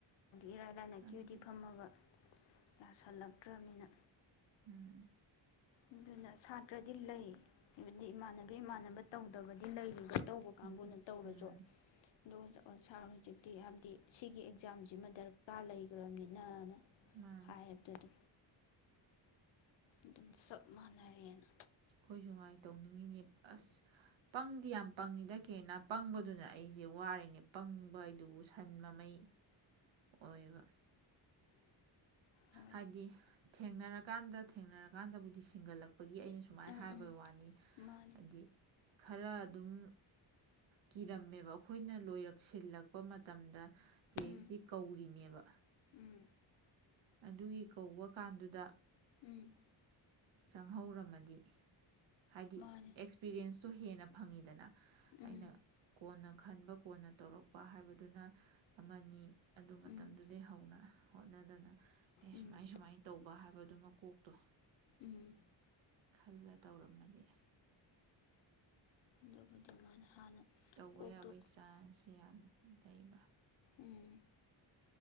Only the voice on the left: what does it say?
ꯏꯔꯥꯏ ꯂꯥꯏꯅ
ꯀ꯭ꯌꯨꯗꯤ ꯐꯝꯃꯕ ꯌꯥꯁꯤꯜꯂꯛꯇ꯭ꯔꯕꯅꯤꯅ
ꯑꯗꯨꯅ ꯁꯥꯇ꯭ꯔꯗꯤ ꯂꯩ ꯍꯥꯏꯕꯗꯤ ꯏꯃꯥꯟꯅꯕ ꯏꯃꯥꯟꯅꯕ ꯇꯧꯗꯕꯗꯤ ꯂꯩꯔꯤꯕ ꯇꯧꯕ ꯀꯥꯡꯒꯨꯅ
ꯇꯧꯔꯁꯨ
ꯑꯗꯣ ꯁꯥꯔ ꯍꯧꯖꯤꯛꯇꯤ ꯍꯥꯏꯕꯗꯤ ꯁꯤꯒꯤ ꯑꯦꯛꯖꯥꯝꯁꯤꯃ ꯗꯔꯀꯥꯔ ꯂꯩꯈ꯭ꯔꯕꯅꯤꯅꯅ
ꯍꯥꯏꯕꯗ ꯑꯗꯨ ꯑꯗꯨꯝ ꯆꯞ ꯃꯥꯟꯅꯔꯦꯅ
ꯍꯣꯏ
ꯎꯝ
ꯎꯝ
ꯃꯥꯅꯤ
ꯎꯝ
ꯎꯝ
ꯎꯝ
ꯃꯥꯅꯤ
ꯎꯝ
ꯎꯝ
ꯎꯝ
ꯎꯝ
ꯈꯟꯗꯕꯗꫭ ꯃꯥꯅ ꯍꯥꯟꯅ
ꯀꯣꯛꯇꯣ
ꯎꯝ